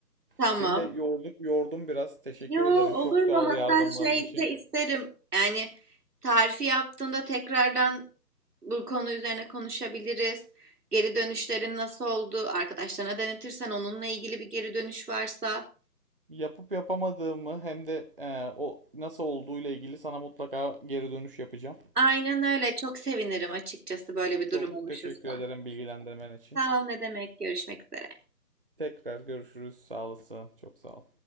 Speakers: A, on the right; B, on the right.
A: tamam.
B: Seni de yorduk, yordum biraz. Teşekkür
A: Yo
B: ederim.
A: olur
B: Çok sağ
A: mu? Hatta
B: ol yardımların
A: şey
B: için.
A: de isterim. Yani tarifi yaptığında tekrardan bu konu üzerine konuşabiliriz. Geri dönüşlerin nasıl oldu? Arkadaşlarına denetirsen onunla ilgili bir geri dönüş varsa.
B: Yapıp yapamadığımı hem de e, o nasıl olduğuyla ilgili sana mutlaka geri dönüş yapacağım.
A: Aynen öyle. Çok sevinirim açıkçası böyle bir
B: Çok
A: durum oluşursa.
B: teşekkür ederim bilgilendirmen için.
A: Sağ ol, ne demek. Görüşmek üzere.
B: Tekrar görüşürüz. Sağ olasın. Çok sağ ol.